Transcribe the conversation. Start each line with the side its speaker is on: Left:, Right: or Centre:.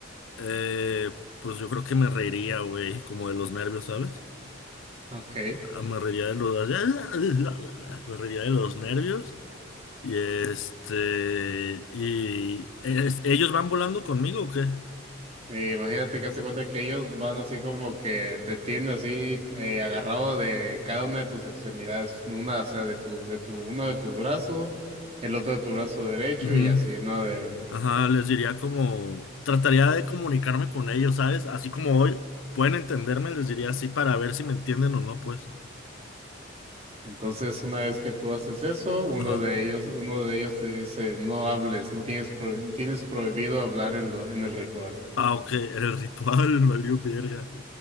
Left: Eh, pues yo creo que me reiría, güey, como de los nervios, ¿sabes?
Right: Ok.
Left: Ah, Me reiría de los... <laughs> Me reiría de los nervios. Y este... Y... es- ¿Ellos van volando conmigo o qué?
Right: Eh, imagínate que hazte cuenta que ellos van así como que te tienen así eh, agarrado de cada una de tus extremidades, una, o sea, de tu, de tu, uno de tus brazos, el otro de tu brazo derecho
Left: Ujú.
Right: y así, ¿no? De,
Left: Ajá, les diría como... Trataría de comunicarme con ellos, ¿sabes? Así como hoy pueden entenderme, les diría así para ver si me entienden o no, pues.
Right: Entonces, una vez que tú haces eso, uno
Left: Ajá.
Right: de ellos, uno de ellos te dice, no hables, no tienes, pro- tienes prohibido hablar en lo, en el ritual.
Left: Ah, ok, el ritual, <laughs> valió verga.